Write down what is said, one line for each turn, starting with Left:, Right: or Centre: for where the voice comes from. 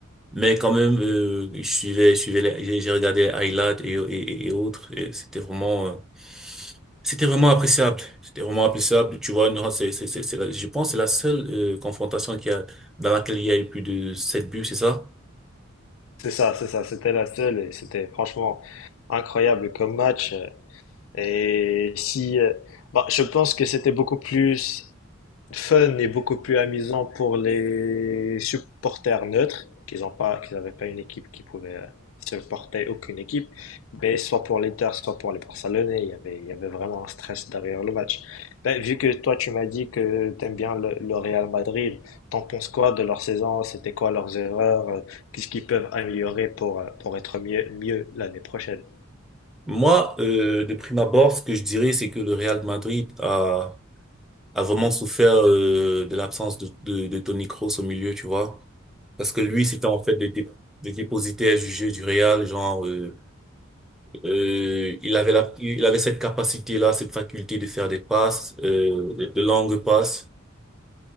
Centre: Mais quand même, euh, je suivais, je suivais, les- j'ai j'ai regardé les highlights et, et, et autres. Et c'était vraiment, euh, c'était vraiment appréciable. C'était vraiment appréciable. Tu vois, nous, c'est, c'est, c'est, c'est la- je pense que c'est la seule euh, confrontation qui a, dans laquelle il y a eu plus de 7 buts, c'est ça?
Left: C'est ça, c'est ça, c'était la seule et c'était franchement incroyable comme match. Et si, euh, bah, je pense que c'était beaucoup plus fun et beaucoup plus amusant pour les supporters neutres, qu'ils ont pas, qu'ils n'avaient pas une équipe qui pouvait euh, supporter aucune équipe, mais soit pour l'Inter, soit pour les Barcelonais, il y avait, il y avait vraiment un stress derrière le match. Ben, vu que toi, tu m'as dit que t'aimes bien le, le Real Madrid, t'en penses quoi de leur saison? C'était quoi leurs erreurs? euh, Qu'est-ce qu'ils peuvent améliorer pour, euh, pour être mieux, mieux l'année prochaine?
Centre: Moi, euh, de prime abord, ce que je dirais, c'est que le Real de Madrid a a vraiment souffert euh, de l'absence de, de, de Toni Kroos au milieu, tu vois. Parce que lui, c'était en fait le, dé- le dépositaire du jeu du Real, genre, euh, euh, il avait la, il avait cette capacité-là, cette faculté de faire des passes, euh, de de longues passes.